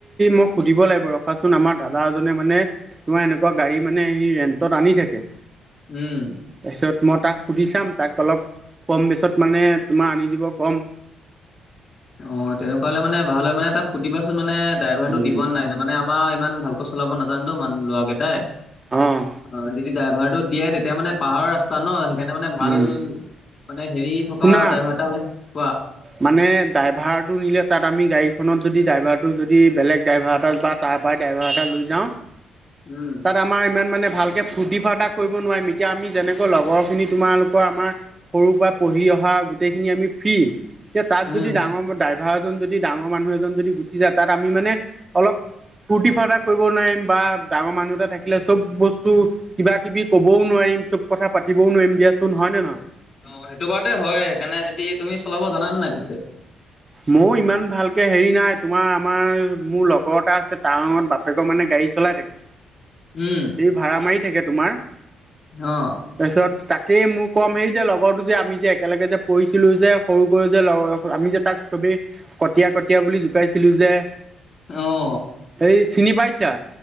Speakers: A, on the right; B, on the left.
A: মোক সুধিব লাগিব ৰখাচোন আমাৰ দাদা এজন মানে-মানে তোমাৰ এনেকুৱা গাড়ী মানে সি ৰেন্টত আনি থাকে ।
B: উম।
A: তাৰপিছত মই তাক সুধি চাম । তাক অলপ কম বেচত মানে তোমাৰ আনি দিব কম ।
B: অ তেনেকুৱা হলে মানে ভাল হয় মানে তাক সুধিবাচোন মানে ড্ৰাইভাৰটো
A: উম
B: দিব নাই ন মানে আমাৰ ইমান । ভালকৈ চলাব নাজানে তো মানুহ ল'ৰাকেইটাই
A: অঁ
B: অ যদি ড্ৰাইভাৰটো দিয়ে তেতিয়া মানে । পাহাৰ ৰাস্তা ন সেইকাৰণে মানে ভাল
A: উম
B: মানে হেৰি সি থকা
A: শুনা
B: ড্ৰাইভাৰটা হলে কোৱা
A: মানে ড্ৰাইভাৰটো নিলে তাত আমি গাড়ীখনত যদি ড্ৰাইভাৰটোক যদি বেলেগ ড্ৰাইভাৰ এটাত বা তাৰ পৰা এ লৈ যাওঁ
B: উম,
A: তাত আমাৰ ইমান মানে <unintelligible> ভালকে ফূ্তি ফাৰ্তা কৰিব নোৱাৰিম এতিয়া আমি যেনেকৈ লগৰখিনি তোমালোকৰ আমাৰ সৰুৰ পৰা পঢ়ি । পঢ়ি অহা গোটেইখিনি আমি ফ্ৰিৰি এতিয়া তাত
B: উম।
A: যদি ডাঙৰ ড্ৰাইভাৰ এজন যদি ডাঙৰ মানুহ এজন যদি গুচি যায় তাত আমি মানে অলপ । ফূৰ্তি-ফাৰ্তা কৰিব নোৱাৰিম বা ডাঙৰ মানুহ এটা থাকিলে চব বস্তু কিবাকিবি কবও নোৱাৰিম । চব কথা পাতিবও নোৱাৰিম দিয়াচোন হয় নে নহয় ।
B: অ সেইটো বাৰতে হয় সেইকাৰণে যদি তুমি চলাব জানে নাই পিছে?
A: ময়ও ইমান ভালকে হেৰি নাই তোমাৰ আমাৰ মোৰ লগৰ এটা আছে তাৰ বাপেকৰ মানে গা গাড়ী চলাই থাকে
B: উম,
A: সি ভাড়া মাৰি থাকে তোমাৰ
B: অ',
A: ।তাৰপিছত তাক সেই মোৰ কম হেৰি যে লগৰতো যে আমি যে একেলগে যে পঢ়িছিলো যে সৰু কৰি যে আমি যে তাক চবেই কটীয়া কটীয়া বুলি জোকাইছিলো যে
B: অ'।
A: হেৰি চিনি পাইছা?